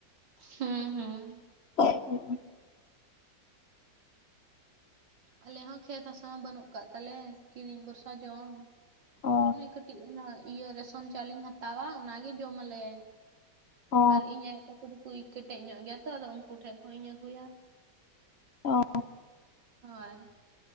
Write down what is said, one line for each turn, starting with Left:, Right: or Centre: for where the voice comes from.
Right: ᱦᱩᱸ ᱦᱩᱸ
Left: <unintelligible>
Right: ᱟᱞᱮ ᱦᱚᱸ ᱠᱷᱮᱛ ᱦᱟᱥᱟ ᱢᱟ ᱵᱟᱹᱱᱩᱜ ᱠᱟᱫ ᱛᱟᱞᱮ ᱠᱤᱨᱤᱧ ᱵᱷᱚᱨᱥᱟ ᱡᱚᱢ᱾
Left: ᱚ
Right: ᱚᱸᱱᱮ ᱠᱟᱹᱴᱤᱡ ᱚᱱᱟ ᱤᱭᱟᱹ ᱨᱮᱥᱚᱱ ᱪᱟᱣᱞᱮᱧ ᱦᱟᱛᱟᱣᱟ ᱚᱱᱟᱜᱮ ᱡᱚᱢ ᱟᱞᱮ᱾
Left: ᱚ
Right: ᱟᱨ ᱤᱧ ᱟᱭᱳ ᱛᱟᱠᱚ ᱫᱚᱠᱚ ᱠᱮᱴᱮᱡ ᱧᱚᱜ ᱜᱮᱭᱟᱛᱚ ᱟᱫᱚ ᱩᱱᱠᱩ ᱴᱷᱮᱡ ᱠᱷᱚᱱ ᱤᱧ ᱟᱹᱜᱩᱭᱟ᱾
Left: ᱚᱻ᱾
Right: ᱦᱚᱭ᱾